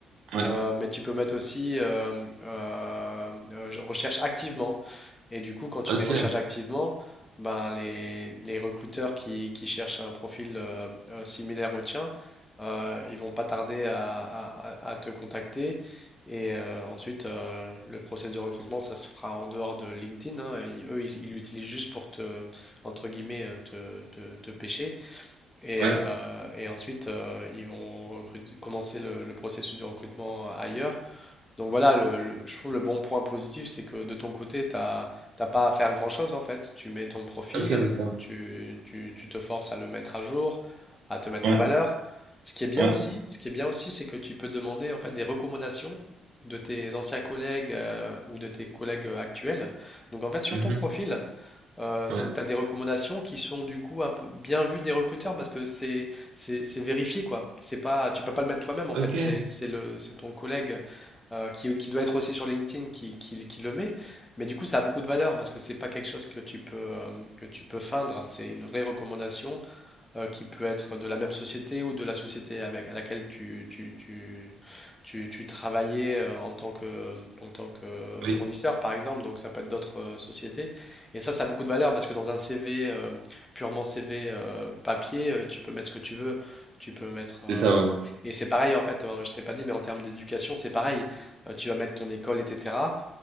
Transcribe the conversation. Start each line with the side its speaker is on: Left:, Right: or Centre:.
Right: ouais,
Left: Euh, mais tu peux mettre aussi euh, euh, euh, je recherche activement. Et du coup, quand tu
Right: ok,
Left: mets recherche activement, ben les, les recruteurs qui, qui cherchent un profil euh, euh, similaire au tien, euh, ils vont pas tarder à, à- à- à te contacter. Et euh, ensuite, euh, le process de recrutement, ça se fera en dehors de LinkedIn. hein. Ils- eux, ils ils l'utilisent juste pour te, entre guillemets, euh, te, te, te pêcher. Et,
Right: ouais,
Left: euh, et ensuite, euh, ils vont recrut- commencer le, le processus de recrutement ailleurs. Donc voilà, le- le- je trouve le bon point positif, c'est que de ton côté, tu n'as pas à faire grand-chose en fait. Tu mets ton profil,
Right: ok, d'accord,
Left: tu, tu- tu te forces à le mettre à jour, à te mettre
Right: ouais,
Left: en valeur. Ce qui est bien
Right: ouais,
Left: aussi, ce qui est bien aussi, c'est que tu peux demander en fait des recommandations de tes anciens collègues euh, ou de tes collègues actuels. Donc en fait, sur
Right: mhm,
Left: ton profil, euh,
Right: ouais.
Left: donc, tu as des recommandations qui sont du coup un peu bien vues des recruteurs parce que c'est c'est c'est vérifié quoi. C'est pas, tu peux pas le mettre toi-même en
Right: Ok,
Left: fait. C'est c'est le c'est ton collègue euh, qui, qui doit être aussi sur LinkedIn qui, qui, qui le met. Mais du coup, ça a beaucoup de valeur parce que c'est pas quelque chose que tu peux euh, que tu peux feindre. C'est une vraie recommandation euh, qui peut être de la même société ou de la société avec, à laquelle tu, tu, tu, tu, tu travaillais euh, en tant que, en tant que
Right: oui,
Left: fournisseur, par exemple. Donc, ça peut être d'autres euh, sociétés. Et ça, ça a beaucoup de valeur parce que dans un CV, euh, purement CV euh, papier, euh, tu peux mettre ce que tu veux. Tu peux mettre. euh,
Right: c'est ça, ouais.
Left: Et c'est pareil, en fait, euh, je t'ai pas dit, mais en termes d'éducation, c'est pareil. Euh, tu vas mettre ton école, etc.